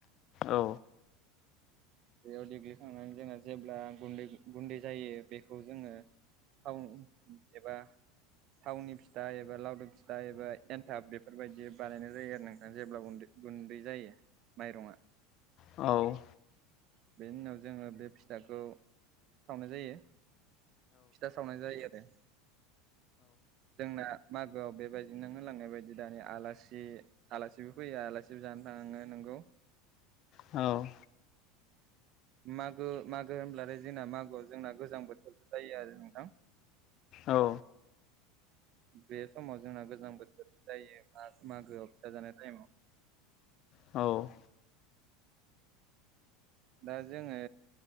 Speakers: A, on the left; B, on the right.
A: औ।
B: बेयाव देग्लिखांनानै जोङो जेब्ला गुन्दै गुन्दै जायो बेखौ जोङो थाउन एबा थावनि फिथा एबा लावदुम फिथा एबा एन्थाब बेफोरबायदि बानायनाय जायो आरो नोंथां जेब्लाबो उन्दो गुन्दै जायो माइरंआ
A: औ।
B: बेनि उनाव जोङो बे फिथाखौ सावनाय जायो। फिथा सावनाय जायो आरो जोंना मागोआव बेबायदिनो नों होलांनाय बायदि दानि आलासि आलासिबो फैयो आलासिबो जानो थाङो नोंगौ।
A: औ।
B: मागो मागो होनब्लाथाय जोंना मागोआव जोंना गोजां बोथोरबो जायो आरो नोंथां।
A: औ।
B: बे समाव जोंना गोजां बोथोरबो जायो मागोआव फिसा जानाय टाइमाव
A: औ।
B: दा जोङो